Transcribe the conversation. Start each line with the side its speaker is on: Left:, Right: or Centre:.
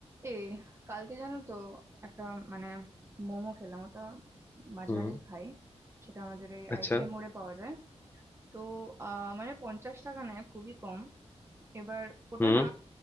Right: এ কালকে জানো তো একটা মানে মোমো খেলাম ওটা মাঝে
Left: হুম
Right: মাঝে খাই সেটা আমাদের এই
Left: আচ্ছা
Right: আইটিআই মোড়ে পাওয়া যায় তো আহ মানে পঞ্চাশ টাকা নেয় খুবই কম এবার ওটা
Left: হুম
Right: না